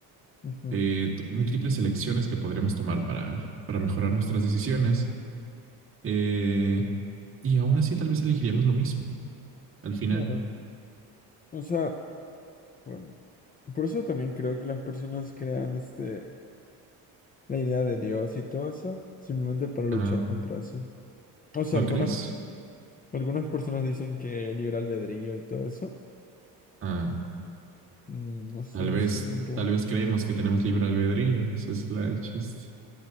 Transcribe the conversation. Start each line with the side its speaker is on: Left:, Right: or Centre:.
Left: Ujú,
Right: eh, t- múltiples elecciones que podríamos tomar para, para mejorar nuestras decisiones. eh, y aún así tal vez elegiríamos lo mismo al final.
Left: claro. O sea, bueno, por eso también creo que las personas crean este, la idea de Dios y todo eso, simplemente para luchar
Right: Ah,
Left: contra eso. O sea,
Right: ¿no
Left: algunas,
Right: crees?
Left: algunas personas dicen que libre albedrío y todo eso.
Right: Ah,
Left: Mm, no estoy
Right: tal
Left: muy
Right: vez,
Left: seguro.
Right: tal vez creemos que tenemos libre albedrío. Ese es la, el chiste.